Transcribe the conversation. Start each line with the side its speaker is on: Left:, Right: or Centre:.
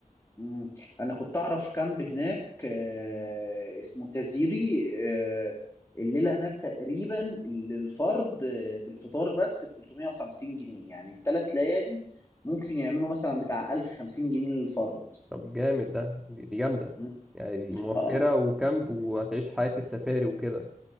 Left: مم. انا كنت اعرف كامب هناك آه، اسمه تزيري آه، الليله هناك تقريبا للفرد آه، بالفطار بس ب 350 جنيه يعني الثلاث ليالي ممكن يعملوا مثلا بتاع 1050 جنيه للفرد
Centre: طب جامد ده دي دي جامدة
Left: مم.
Centre: يعني دي موفرة
Left: اه
Centre: وكامب وهتعيش حياة السفاري وكده